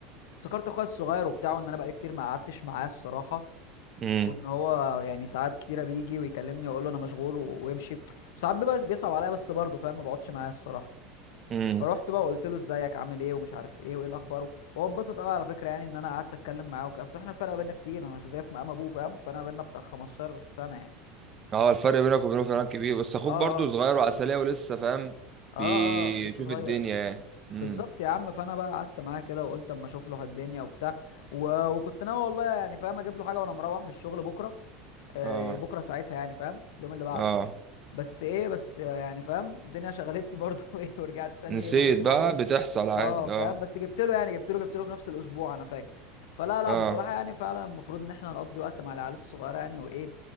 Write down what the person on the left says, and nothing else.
افتكرت اخويا الصغير وبتاعه ان انا بقالي كتير ما قعدتش معاه الصراحة
وان هو يعني ساعات كتيرة بيجي ويكلمني واقول له انا مشغول و- ويمشي وساعات بيبقى بيصعب عليا بس برضه فاهم ما بقعدش معاه الصراحة
رحت بقى وقلت له ازيك عامل ايه ومش عارف ايه وايه الاخبار وهو اتبسط قوي على فكره يعني ان انا قعدت اتكلم معاه وكده اصل احنا الفرق بيننا كتير انا في زي في مقام ابوه فاهم فانا بيننا بتاع 15 سنه يعني
اه
اه
اه
اه لسه صغير
بالظبط يا عم فانا بقى قعدت معاه كده وقلت اما اشوف له الدنيا وبتاع و... وكنت ناوي والله يعني فاهم اجيب له حاجه وانا مروح من الشغل بكره آه
بكره ساعتها يعني فاهم اليوم اللي بعده
بس ايه بس يعني فاهم الدنيا شغلتني برضو <laughs> ايه ورجعت تاني
ايه ما بسمع
له
اه فاهم
بس جبت له يعني جبت له جبت له في نفس الاسبوع انا فاكر فلا لا
بصراحه يعني فعلا المفروض ان احنا نقضي وقت مع العيال الصغيره يعني وايه